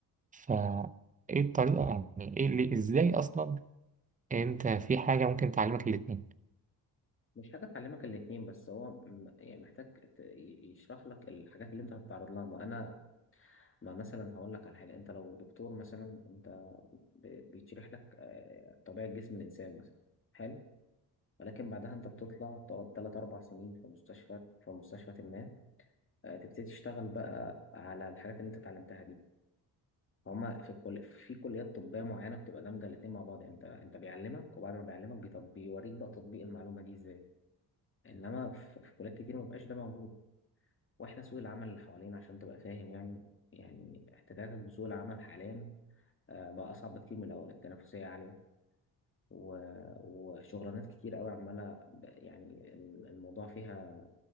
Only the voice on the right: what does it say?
ف ايه الطريقة يعني ايه اللي ازاي اصلا انت في حاجة ممكن تعلمك الاتنين